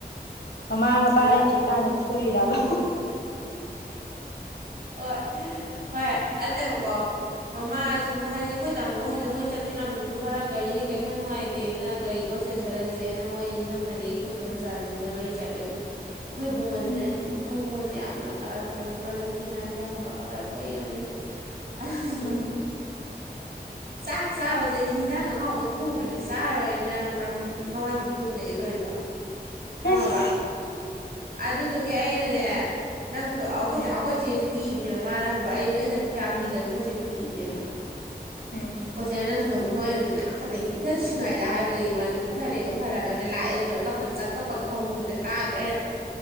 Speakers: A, on the left; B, on the right.
A: ꯃꯃꯥ ꯃꯄꯥ
B: ꯂ
A: ꯂꯩꯇ꯭ꯔꯤ ꯀꯥꯟꯗ ꯐꯨꯔꯤꯔꯕ
B: ꯍꯣꯏ ꯍꯣꯏ ꯑꯜꯂ‌ꯦꯕꯀꯣ ꯃꯃꯥ ꯁꯨꯝ ꯍꯥꯏꯗꯤ ꯑꯩꯈꯣꯏ ꯇꯥꯃꯣ ꯍꯣꯏꯗ‌ꯣ ꯃꯣꯏꯅ ꯆꯠꯇꯣꯏ ꯂꯝꯗꯨꯁꯨ ꯈꯔ ꯒꯥꯔꯤ ꯀꯩ ꯈꯔ ꯅꯨꯡꯉꯥꯏ ꯇꯦꯅ ꯒꯥꯔꯤꯗꯣ ꯁ‌ꯦ ꯆꯠꯂꯁꯦꯅ ꯃꯣꯏ ꯏꯅꯝꯃꯅꯦ ꯑꯩꯈꯣꯏꯗꯣꯝꯆꯥꯅꯦ ꯃꯣꯏ ꯃꯔꯤ ꯆꯠꯂꯦꯕ ꯑꯩꯈꯣꯏ ꯕꯨꯡꯉꯣ
A: ꯎꯝ
B: ꯖꯤꯅ ꯍꯤ ꯑꯩꯈꯣꯏꯕꯨꯡꯉꯣꯖꯦ ꯌꯥꯝꯅ ꯀꯗꯔ ꯐꯥꯗ꯭ꯔꯁꯨ ꯀꯜꯂꯦꯕ ꯁꯤꯉꯥꯡꯖꯦ ꯈꯪꯕ꯭ꯔꯥ ꯀꯗꯔ ꯈꯨꯍꯩꯑꯝꯅꯦ ꯑꯗꯨꯒ
A: ꯎꯝ
B: ꯆꯥꯛ ꯆꯥꯕꯖꯦ ꯍꯤꯟꯖꯥꯡ ꯑꯍꯥꯎꯕ ꯊꯣꯡꯗ꯭ꯔꯗꯤ ꯆꯥꯔꯣꯏꯅ ꯈꯪꯕ꯭ꯔꯥ ꯃꯃꯥ ꯃꯇꯨꯡ ꯏꯟꯅꯒꯦ ꯇꯧꯔꯤꯕ
A: ꯏꯁ
B: ꯈꯪꯉꯕ ꯑꯗꯨꯗꯨꯒꯤ ꯑꯩꯅꯅꯦ ꯅꯪ ꯊꯣ ꯑꯈꯣꯏ
A: ꯎꯝ
B: ꯆꯦ ꯑꯈꯣꯏ ꯆꯦꯖꯦ ꯀꯤꯕꯅꯦ ꯃꯥꯅ ꯈꯪꯕ꯭ꯔꯥ ꯑꯩ ꯑꯩꯅ ꯑꯃꯨꯛ ꯀꯌꯥ
A: ꯎꯝ
B: ꯀꯤꯗꯝꯅꯦ ꯑꯩꯈꯣꯏꯆꯦꯗꯤ ꯀꯤꯕꯅꯦꯕ ꯃꯥ
A: ꯎꯝ
B: ꯈꯣꯏꯆꯦꯅ ꯅꯪ ꯊꯨꯅ ꯀꯨꯝꯊꯧ ꯑꯩꯟ ꯍꯨꯖꯤꯛ ꯂꯥꯛꯇꯅ ꯏꯟ ꯏꯟꯊꯗ꯭ꯔꯤꯉꯥꯏꯗ ꯍꯥꯏꯕꯗꯒꯤ ꯃꯥꯖꯦ ꯀꯨꯝꯊꯔꯦ ꯀꯨꯝ ꯊꯔꯒꯅ‌ꯦ ꯂꯥꯛꯑꯦ ꯑꯗꯨꯒ ꯀꯞꯄ ꯆ ꯀꯞꯄꯒ ꯐꯃꯨꯡꯁꯤꯗ ꯀꯥꯒ꯭ꯔꯦ ꯑꯩꯅ